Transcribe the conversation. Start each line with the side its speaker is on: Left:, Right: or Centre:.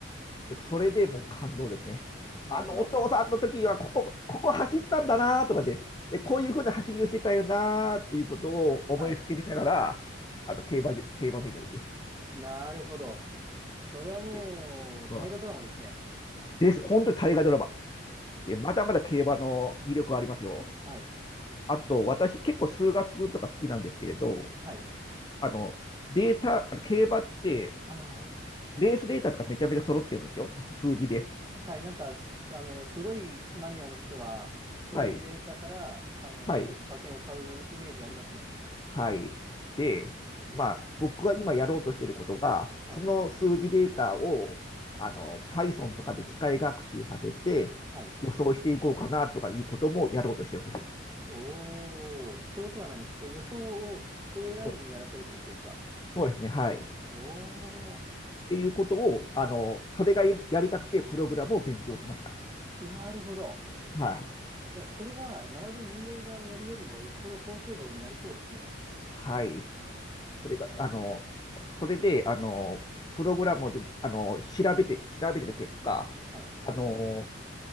Left: でそれでもう感動ですね。
Right: なるほど。
Left: あの、お父さんの時は、ここ、ここ走ったんだなとかで、で、こういうふうな走りをしてたよなということを思いふけりながら、
Right: はい。
Left: あの、競馬じ、競馬見るんですよ。
Right: なるほど。それはもう、
Left: でうん。
Right: 大河ドラマですね。
Left: です。本当に大河ドラマ。で、まだまだ競馬の魅力はありますよ。
Right: はい。
Left: あと、私、結構数学とか好きなんですけれど、
Right: はい。
Left: あの、データ、あの競馬って、
Right: あ
Left: レースデータとかめちゃめちゃ揃ってるんですよ。数字で。
Right: あ。はい。なんかす、あの、すごいマニアの人は、そういうデータから、
Left: はい。
Right: あの、
Left: はい。
Right: け馬券を買うイメージありますね。
Left: はい。で、まあ、僕が今やろうとしていることが、
Right: はい。
Left: その数字データを、あの、Python とかで機械学習させて、
Right: はい。
Left: 予想していこうかなとかいうこともやろうとしてるんですよ。
Right: おー。ということは何こう予想を AI
Left: そう
Right: にやらせるってことですか
Left: そうですね。はい。
Right: おー。
Left: っていうことを、あの、それがやりたくてプログラムを勉強しました。
Right: なるほど。
Left: はい。
Right: いや、それは、生で人間がやるよりも、よっぽど高精度になりそうですね。
Left: はい。それが、
Right: あ、
Left: あの、それで、あの、プログラムを、あの、調べて、調べてる結果、
Right: はい。
Left: あの、